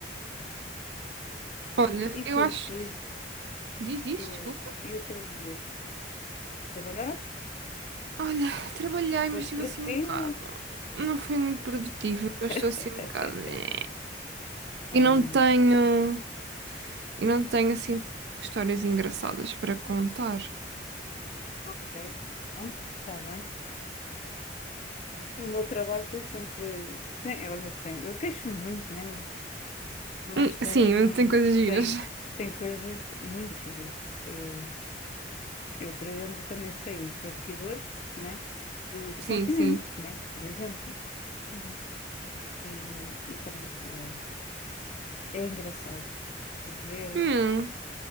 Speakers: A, on the right; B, on the left.
A: Olha,
B: E
A: eu
B: tu,
A: acho isso.
B: o
A: Diz isso,
B: teu-
A: desculpa.
B: e o teu dia? Trabalhaste?
A: Olha, trabalhei, mas
B: Foste
A: estive
B: produtiva?
A: assim um bocado. Não fui muito produtiva, que eu estou
B: <laughs>
A: assim um bocado. eh.
B: Ah,
A: E não tenho. E não tenho assim histórias engraçadas para contar.
B: ok. Bom, está bem. O meu trabalho tem sempre. Tem, olha, tem. Eu queixo-me muito, né? Mas mas
A: Hum,
B: tem,
A: Sim, mas tem coisas giras.
B: tem, tem coisas muito giras. Eh, Eu, por exemplo, também sei os bastidores, né, do, do
A: Sim,
B: continente,
A: sim.
B: né, por exemplo. Uhum. E, e pronto, e é, é engraçado ver
A: Hum,